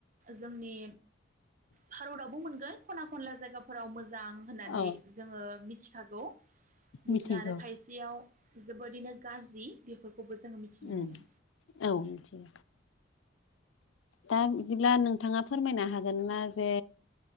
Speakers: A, on the right; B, on the left.
A: जोंनि भारतावबो मोनगोन खना खनला जगाफोराव मोजां मोजां होननानै
B: औ
A: जोङो मिथि थागौ। बिदिनो
B: मिथिगौ
A: आरो खायसेयाव जोबोरैनो गाज्रि बे खौबो जोङो मिथिनो
B: उम
A: मोनो।
B: औ मिथियो दा बिदिब्ला नोंथाङा फोरमायनो हागोन ना जे